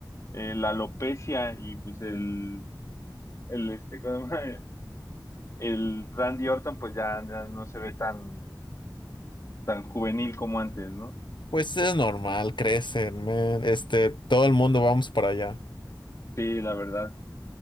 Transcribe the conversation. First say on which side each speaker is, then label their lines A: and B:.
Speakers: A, on the left; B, on the left.
A: eh, la alopecia y pues el, el este, ¿cómo se llama? El Randy Orton pues ya, ya no se ve tan, tan juvenil como antes, ¿no?
B: pues es normal, crecen, man. Este, todo el mundo vamos para allá.
A: Sí, la verdad,